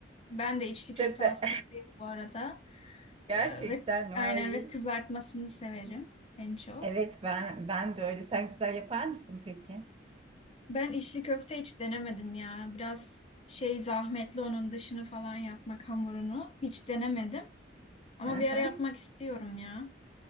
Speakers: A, on the left; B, on the right.
A: Ben de içli köfte
B: Çok da
A: hastasıyım bu arada.
B: <laughs> gerçekten
A: Ee, ve
B: vay.
A: aynen ve kızartmasını severim en çok.
B: evet ben ben de öyle sen güzel yapar mısın peki?
A: Ben içli köfte hiç denemedim ya. Biraz şey zahmetli onun dışını falan yapmak hamurunu. Hiç denemedim. Ama
B: Hı
A: bir ara
B: hı.
A: yapmak istiyorum ya.